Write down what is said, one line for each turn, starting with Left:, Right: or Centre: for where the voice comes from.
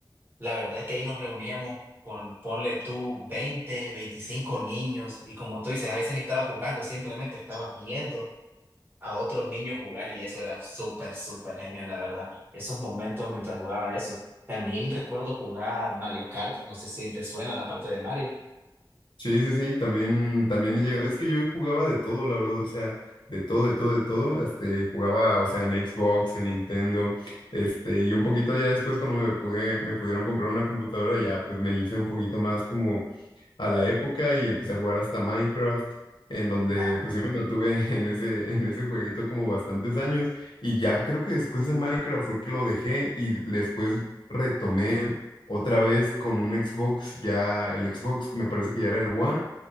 Right: la verdad es que ahí nos reuníamos con, ponle tú, 20, 25 niños, y como tú dices, a veces ni estaba jugando, simplemente estabas viendo a otros niños jugar y eso era súper, súper genial, la verdad. Esos momentos mientras jugaba eso. También recuerdo jugar Mario Kart, no sé si te suena la parte de Mario.
Left: Sí, sí, sí, también, también he llegado. Es que yo jugaba de todo, la verdad, o sea, de todo, de todo, de todo. Este, jugaba, o sea, en Xbox, en Nintendo, este, y un poquito ya después cuando me pude, me pudieron comprar una computadora, ya pues me hice un poquito más como a la época y empecé a jugar hasta Minecraft, en donde
Right: nada
Left: pues sí me mantuve <laughs> en ese, en ese jueguito como bastantes años y ya creo que después de Minecraft fue que lo dejé y después retomé otra vez con un Xbox, ya el Xbox me parece que ya era el One